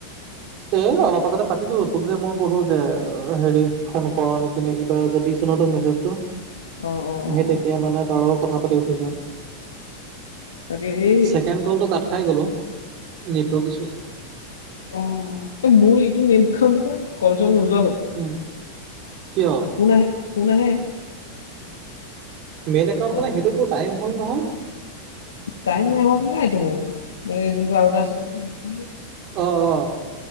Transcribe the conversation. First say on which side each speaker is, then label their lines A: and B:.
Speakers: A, on the right; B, on the left.
A: এ, অলপ আগতে পাতিলোঁ। তোক যে মই ক'লো যে হেৰি ফোন কৰ নেকি নে কিবা যে দিছোঁ ন তোক মেছেজটো।
B: অ', অ', অ'।
A: সেই তেতিয়া
B: অ',
A: মানে তাৰ লগত কথা পাতি উঠিছোঁ,
B: তাকে এই
A: ছেকেণ্ড কলতো কা খাই গ'ল অ', নেটৱৰ্ক ইচ্ছোঁ।
B: অ', মোৰ এইটো মেইন একাউণ্টৰ পৰা কল চল নোযোৱা হ'ল।
A: উম, কিয়?
B: ফোন আহে।
A: মেইন একাউণ্ট
B: কল
A: মানে সেইটো টাইম হ'ল নহয়।
B: টাইম নাই হোৱা বোলেটো মোৰ মানে যোনটো আৰু এটা আছিল।
A: অ', অ'।